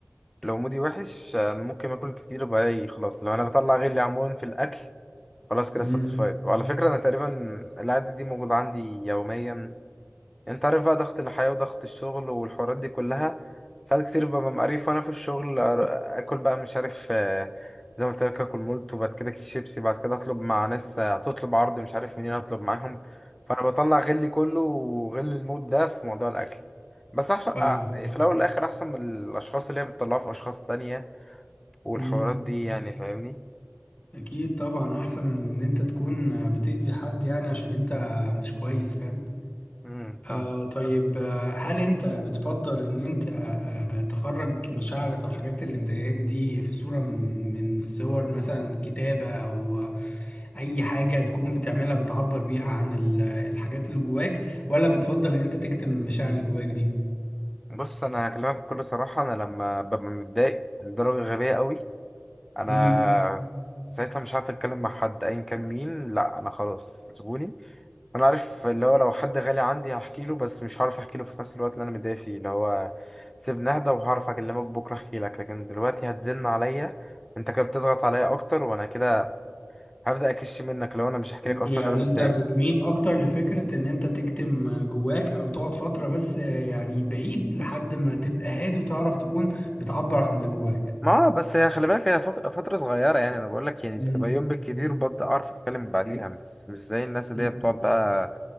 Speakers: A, in the centre; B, on the left.
A: لو مودي وحش انا ممكن اكل كتير بقى إيه، خلاص لو انا بطلع غلي عموما في الاكل خلاص كده
B: امم
A: ساتسفايد وعلى فكره انا تقريبا العاده دي موجوده عندي يوميا يعني انت عارف بقى ضغط الحياة وضغط الشغل والحوارات دي كلها ساعات كتير ببقى مقريف وانا في الشغل أر- اكل بقى مش عارف آه، زي ما قلت لك اكل مولت وبعد كده كيس شيبسي بعد كده اطلب مع ناس آه، هتطلب عرض مش عارف منين اطلب معاهم فانا بطلع غلي كله وغل الموت ده في موضوع الاكل بس عشان
B: فاهم.
A: آه، في الاول والاخر احسن من الاشخاص اللي هي بتطلعها في اشخاص تانية والحوارات
B: مم.
A: دي يعني فاهمني
B: اكيد طبعا احسن من ان انت تكون بتأذي حد يعني عشان انت مش كويس فاهم
A: امم فاهم
B: آه طيب آه، هل انت بتفضل ان انت تخرج مشاعرك او الحاجات اللي مضايقاك دي في صورة من من صور مثلا كتابة او اي حاجة تكون بتعملها بتعبر بيها عن ال- الحاجات اللي جواك ولا بتفضل ان انت تكتم المشاعر اللي جواك دي
A: بص انا هكلمك بكل صراحة انا لما ببقى متضايق لدرجة غبية قوي انا
B: مم.
A: ساعتها مش عارف اتكلم مع حد ايا كان مين لا انا خلاص سيبوني انا عارف اللي هو لو حد غالي عندي هحكي له بس مش هعرف احكي له في نفس الوقت اللي انا متضايق فيه اللي هو سيبني اهدى وهعرف اكلمك بكره احكي لك لكن دلوقتي هتزن عليا انت كده بتضغط عليا اكتر وانا كده هبدا اكش منك لو انا مش هحكي لك اصلا
B: يعني
A: إن انا متضايق
B: انت بتميل اكتر لفكرة ان انت تكتم جواك او تقعد فترة بس يعني بعيد لحد ما تبقى هادي وتعرف تكون بتعبر عن اللي جواك
A: ما آه، بس هي خلي بالك هي فت- فترة صغيرة يعني أنا بقول لك يعني
B: مم.
A: تبقى يوم بالكتير وببدأ أعرف أتكلم بعديها بس مش زي الناس اللي
B: <laughs>
A: هي بتقعد بقى